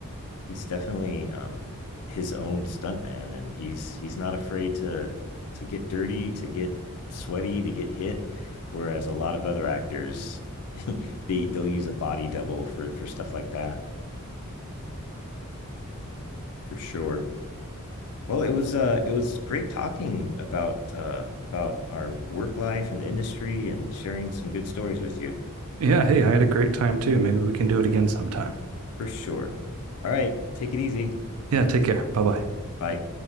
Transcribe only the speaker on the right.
Yeah. Hey, I had a great time too. Maybe we can do it again sometime.
Yeah. Take care. Bye bye.